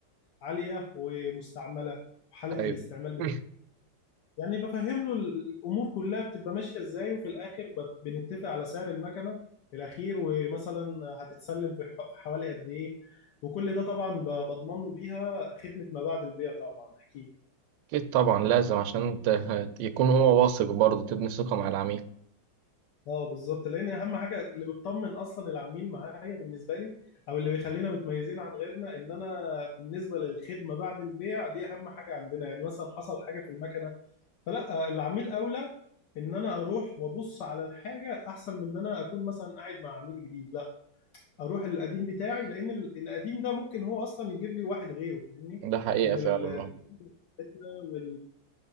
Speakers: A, on the left; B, on the right.
A: عالية ومستعملة حالة
B: ايوه
A: الاستعمال بتاعها
B: <laughs>
A: يعني بفهم له الأمور كلها بتبقى ماشية إزاي وفي الآخر بت- بنتفق على سعر المكنة الأخير ومثلا هتتسلم في ح- في حوالي قد إيه وكل ده طبعا ب- بضمن له بيها خدمة ما بعد البيع طبعا أكيد
B: اكيد طبعا لازم عشان انت يكون هو واثق برضه تبني ثقة مع العميل
A: اه بالظبط لان اهم حاجه اللي بتطمن اصلا العميل معايا بالنسبه لي او اللي بيخلينا متميزين عن غيرنا ان انا بالنسبه للخدمه بعد البيع دي اهم حاجه عندنا يعني مثلا حصل حاجه في المكنه فلا العميل اولى ان انا اروح وابص على الحاجه احسن من ان انا اكون مثلا قاعد مع عميل جديد لا اروح القديم بتاعي لان ال- القديم ده ممكن هو اصلا يجيب لي واحد غيره فاهمني
B: ده حقيقة
A: من ال-
B: فعلا اه.
A: وال